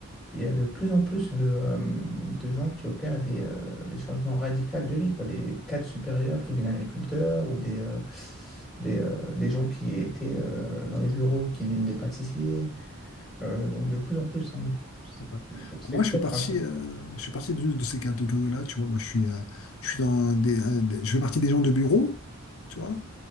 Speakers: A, in the centre; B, on the left.
A: il y a de plus en plus de, euh, de gens qui opèrent des, euh, des changements radicaux de vie, quoi. Des cadres supérieurs qui deviennent agriculteurs ou des, euh, des, euh, des gens qui étaient euh, dans les bureaux qui deviennent des pâtissiers. Euh, donc de plus en plus. hein.
B: c'est vrai.
A: Donc c'est
B: Bah, Moi,
A: peut-être
B: je fais partie,
A: un truc.
B: euh, je fais partie de, de ces catégories-là, tu vois. Moi, je suis, euh, je suis dans des, euh, des- je fais partie des gens de bureau, tu vois.